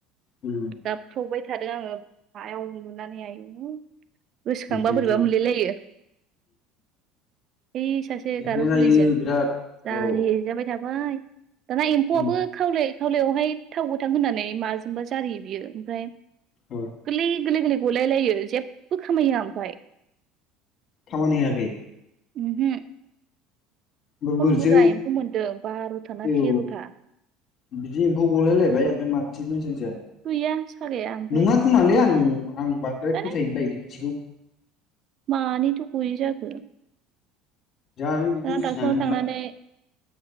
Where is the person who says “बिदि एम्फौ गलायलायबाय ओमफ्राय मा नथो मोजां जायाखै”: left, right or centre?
Left